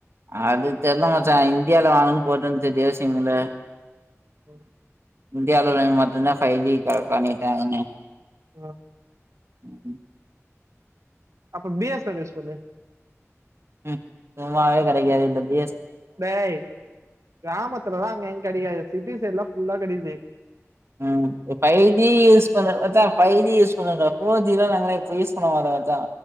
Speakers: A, on the right; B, on the right.
A: அது தெர்ல மச்சா இந்தியால வாங்கன்னு போட்ருந்துச்சு ஜியோ சிம்ல
B: ம்
A: இந்தியால உள்ளவைங்க மட்டும்தான் ஃபை ஜி கனக்ட் பண்ணிட்டாங்கனே
B: ம்
A: ம் ம்
B: அப்ப B S N L use பண்ணு
A: ம் சும்மாவேக் கெடைக்குதா உங்களுக்கு
B: டேய் கிராமத்துலதா அங்க எங்க கெடைக்காது சிட்டி சைட்லாம் ஃபுல்லாக் கெடைக்து
A: ம் பைஃஜி யூஸ் இப்ப இந்த மச்சா ஃபை ஜி யூஸ் பண்ணங்கப்போ ஜியோ ஃபோர்ஜீ நாங்கள யூஸ் பண்ணாங்களா மச்சா